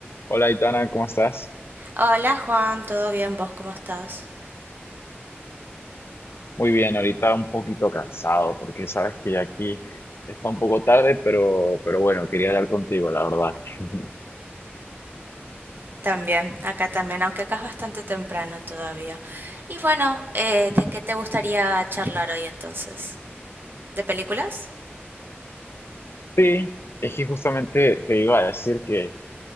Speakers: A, on the left (about 65°); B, on the right (about 55°).
A: Hola, Itana, ¿cómo estás?
B: Hola Juan, ¿todo bien? ¿Vos cómo estás?
A: Muy bien, ahorita un poquito cansado porque sabes que ya aquí está un poco tarde, pero, pero bueno, quería hablar contigo, la verdad. <laughs>
B: También, acá también, aunque acá es bastante temprano todavía. Y bueno, eh, ¿de qué te gustaría charlar hoy entonces? ¿De películas?
A: Sí, es que justamente te iba a decir que